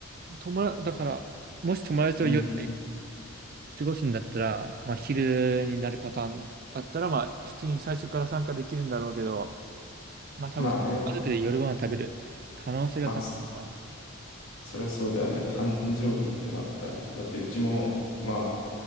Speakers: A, on the right; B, on the left.
A: 友達、だから、もし友達と夜
B: うん。
A: 過ごすんだったら、まあ、昼になるパターンだったら、まあ、普通に最初から参加できるんだろうけど、まあ、多分、
B: まあね。
A: 家族で夜ご飯食べる可能性が高いから、
B: まあ、そそれはそうだよね。誕生日ってなったらね。だって、うちも、まあ、